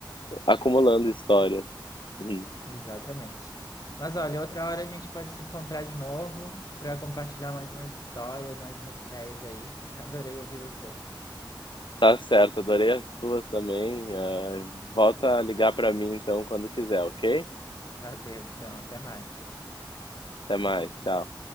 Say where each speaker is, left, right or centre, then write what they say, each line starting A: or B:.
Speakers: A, on the left (about 75°); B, on the left (about 50°).
A: acumulando histórias. Uhum.
B: Exatamente. Mas olha, outra hora a gente pode se encontrar de novo para compartilhar mais umas histórias, mais umas ideias aí. Adorei ouvir você.
A: Tá certo, adorei as tuas também. ah, volta a ligar para mim, então, quando quiser, ok?
B: Valeu, então, até mais.
A: Até mais, tchau.